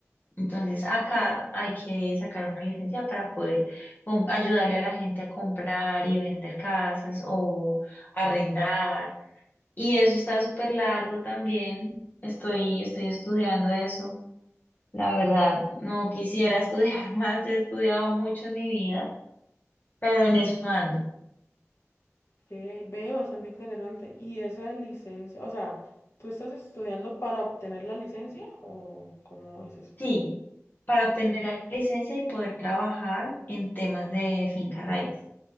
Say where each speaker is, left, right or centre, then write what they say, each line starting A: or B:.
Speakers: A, on the left (about 40°); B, on the left (about 60°).
A: Entonces, acá hay que sacar una licencia para poder com- ayudarle a la gente a comprar y vender casas o arrendar. Y eso está súper largo también. Estoy, estoy estudiando eso. La verdad, no quisiera <laughs> estudiar más, he estudiado mucho en mi vida, pero en
B: Ok,
A: eso ando.
B: ve, bastante interesante. ¿Y esa licencia, o sea, tú estás estudiando para obtener la licencia o cómo es eso?
A: Sí, para obtener la licencia y poder trabajar en temas de finca raíz.